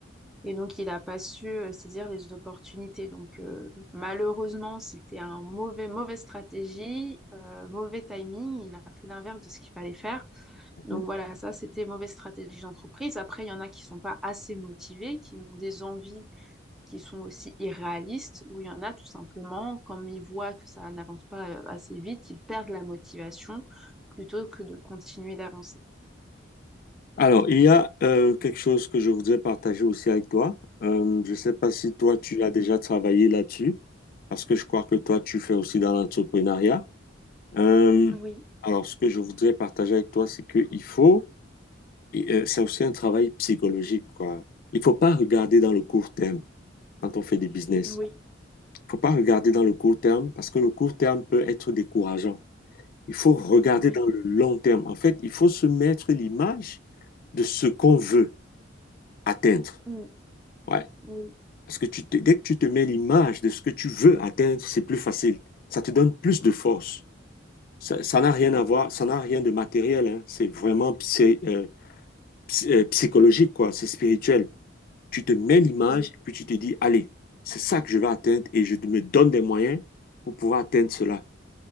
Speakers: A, in the centre; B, on the left.
A: Et donc, il n'a pas su euh, saisir les opportunités. Donc, euh, malheureusement, c'était un mauvais, mauvaise stratégie, euh, mauvais timing. Il a fait l'inverse de ce qu'il fallait faire.
B: Mhm.
A: Donc voilà, ça, c'était mauvaise stratégie d'entreprise. Après, il y en a qui sont pas assez motivés, qui ont des envies qui sont aussi irréalistes, ou il y en a tout simplement, comme ils voient que ça n'avance pas euh, assez vite, ils perdent la motivation plutôt que de continuer d'avancer.
B: Alors, il
A: Voilà.
B: y a euh, quelque chose que je voudrais partager aussi avec toi. Euh, je ne sais pas si toi, tu as déjà travaillé là-dessus, parce que je crois que toi, tu fais aussi dans l'entrepreneuriat. Euh,
A: Oui,
B: alors, ce que je voudrais partager avec toi, c'est qu'il faut, et, euh, c'est aussi un travail psychologique, quoi. Il ne faut pas regarder dans le court terme quand on fait des business.
A: oui,
B: faut pas regarder dans le court terme parce que le court terme peut être décourageant. Il faut regarder
A: oui.
B: dans le long terme. En fait, il faut se mettre l'image de ce qu'on veut atteindre.
A: Mm,
B: Ouais.
A: oui,
B: Parce que tu te- dès que tu te mets l'image de ce que tu veux atteindre, c'est plus facile. Ça te donne plus de force. Ça, ça n'a rien à voir, ça n'a rien de matériel. hein. C'est vraiment psy- euh, psy- euh, psychologique, quoi. C'est spirituel. Tu te mets l'image,
A: oui.
B: puis tu te dis, allez, c'est ça que je vais atteindre et je me donne des moyens pour pouvoir atteindre cela.